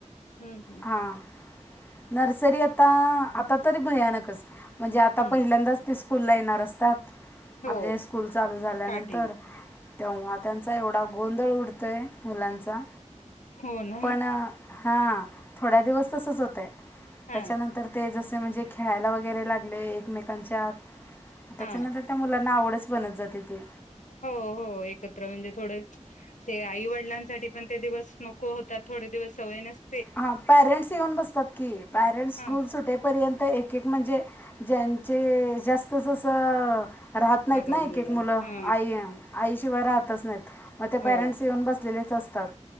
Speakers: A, on the left; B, on the left.
A: ह ह
B: हां नर्सरी आता-आता तरी भयानकच म्हणजे आता
A: हम्म
B: पहिल्यांदाच ते स्कूल ला येणार अस त्याात
A: हो
B: आपले स्कूल चालू झाल्यानंतर
A: स्टार्टिंग
B: तेव्हा त्यांचा एवढा
A: हा
B: गोंधळ उडतोय. मुलांचा
A: हो ना
B: पण हां थोड्या दिवस तसंच होतय.
A: हा
B: त्याच्यानंतर ते जस म्हणजे खेळायला वगैरे लागले एकमेकांच्यात त्याच्यानंतर
A: हा
B: त्या मुलांना आवडच बनत जाते ती.
A: हो हो हो एकत्र म्हणजे थोड ते आईवडिलांसाठी पण ते दिवस नको होतात थोडे दिवस सवय नस
B: हा पेरेंट्स येऊन बसतात की, पेरेंट्स
A: हा
B: स्कूल सुटे पर्यंत तर एक-एक म्हणजे ज्यांचे जास्त जस अ राहत नाहीत
A: आगाऊ
B: ना एक-एक
A: मुलं
B: मुल आई-आई
A: हा
B: शि शिवाय राहतच नाहीत. मग ते
A: हो
B: पेरेंट्स येऊन बसलेलेच अस तात